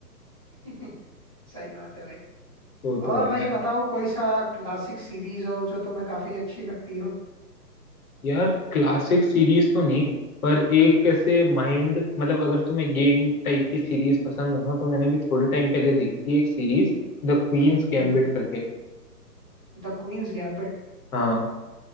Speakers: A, in the centre; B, on the left.
A: <laughs> सही बात है भाई
B: वो तो
A: और
B: है
A: भाई
B: यार
A: बताओ कोई सा क्लासिक सीरीज हो जो तुम्हें काफी अच्छी लगती हो
B: यार क्लासिक सीरीज तो नहीं पर एक कैसे माइंड मतलब अगर तुम्हें गेम टाइप की सीरीज पसंद हो ना तो मैंने भी थोड़े टाइम पहले देखी थी एक सीरीज द क्वींस गैम्बिट
A: हम्म
B: करके
A: The Queen's Gambit
B: हाँ